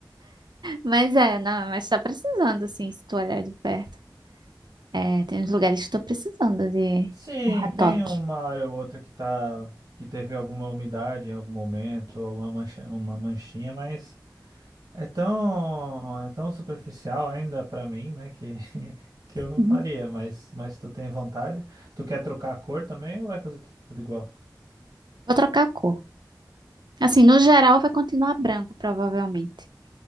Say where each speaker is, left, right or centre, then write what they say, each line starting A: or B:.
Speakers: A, on the right (about 75°); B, on the right (about 50°).
A: Mas é, não, mas tá precisando, assim, se tu olhar de perto. É, tem uns lugares que estou precisando de
B: Sim,
A: um retoque.
B: tem uma área ou outra que tá que teve alguma umidade em algum momento, alguma mancha, uma manchinha, mas é tão é tão superficial ainda pra mim, né, que <laughs> que eu não
A: Uhum.
B: faria, mas mas tu tem vontade? Tu quer trocar a cor também ou vai fazer tudo igual?
A: Vou trocar a cor. Assim, no geral vai continuar branco, provavelmente.